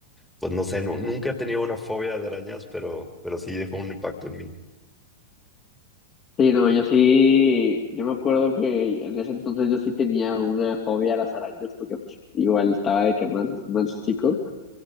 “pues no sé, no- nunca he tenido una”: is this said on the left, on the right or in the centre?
Centre